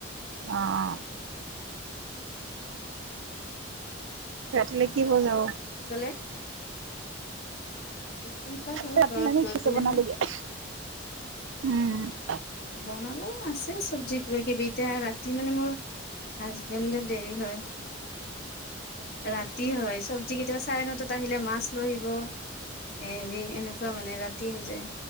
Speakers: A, on the right (about 75°); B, on the left (about 50°).
A: অঁ অঁ। ৰা ৰাে কি বজাব
B: কি কলে কি বা হয়
A: ৰাতিছে
B: ঘৰত গৈ পেলাইহে
A: বনালগীয়া উম।
B: বনাব আছে চব্জি কিবা কিবি এতিয়া ৰাতি মানে মোৰ হাজবেণ্ডে দেৰি হয় ৰাতি হয় চব। যদি কেতিয়াও চাই নো তাত আহিলে মাছ লৈ আহিব। এ হেৰি এনেকুৱা মানে ৰাতি হৈ যায়।